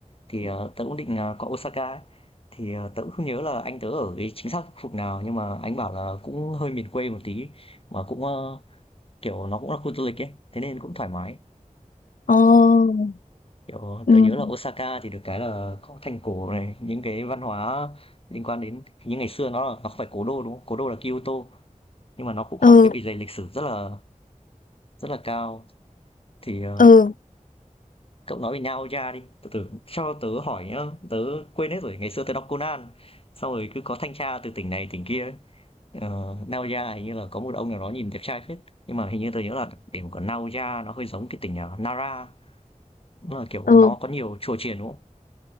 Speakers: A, on the left; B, on the left.
A: thì, ờ, tớ cũng định, ờ, qua Osaka ấy. Thì, ờ, tớ cũng không nhớ là anh tớ ở cái chính xác khu vực nào, nhưng mà anh bảo là cũng hơi miền quê một tí, mà cũng, ơ, kiểu, nó cũng là khu du lịch ấy, thế nên cũng thoải mái.
B: Ồ.
A: Kiểu,
B: Ừ.
A: tớ nhớ là Osaka thì được cái là có thành cổ này, những cái văn hóa liên quan đến những ngày xưa nó là nó không phải cố đô, đúng không? Cố đô là Kyoto, nhưng mà nó cũng
B: Ừ.
A: có một cái bề dày lịch sử rất là rất là cao thì ờ,
B: Ừ.
A: cậu nói về nhà đi từ từ cho tớ hỏi nhá tớ quên hết rồi ngày xưa tớ đọc Conan sau rồi cứ có thanh tra từ tỉnh này tỉnh kia ấy. Ờ, Naoya hình như là có một ông nào đó nhìn đẹp trai phết nhưng mà hình như tớ nhớ là điểm của Naoya nó hơi giống cái tỉnh ờ, Nara nó là kiểu
B: Ừ.
A: nó có nhiều chùa chiền đúng không?